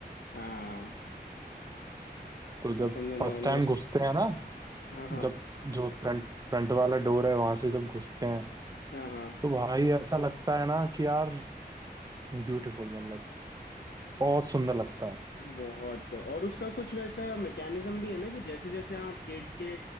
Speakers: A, on the left; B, on the right.
A: हाँ
B: तो जब
A: अपन दोनों
B: फर्स्ट
A: ऑलमोस्ट
B: टाइम घुसते हैं ना
A: हाँ हाँ
B: जब जो फ्रंट फ्रंट वाला डोर है वहां से जब घुसते हैं
A: हाँ हाँ
B: तो भाई ऐसा लगता है ना कि यार ब्यूटीफुल मतलब बहुत सुंदर लगता है
A: बहुत और उसका कुछ वैसा मैकेनिज्म भी है ना कि जैसे जैसे आप गेट के